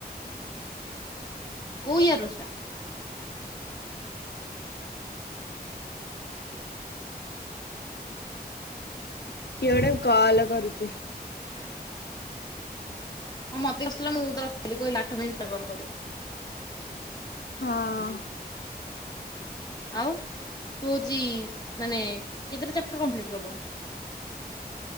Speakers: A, on the left; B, on the left.
A: କୋଉ ଇୟର୍ ର ସେଟା?
B: କିଏ ଗୋଟେ କଲ କରୁଛି।
A: ହଁ ମତେ ଆସିଥିଲା ମୁଁ ରଖିଥିଲି କହିଲି ଆଠ ମିନିଟା କଲ କରିବୁ।
B: ହଁ।
A: ଆଉ ତୁ ହଉଛି ମାନେ କେତେଟା ଚାପ୍ଟର କମ୍ପ୍ଲିଟ୍ କଲୁଣି?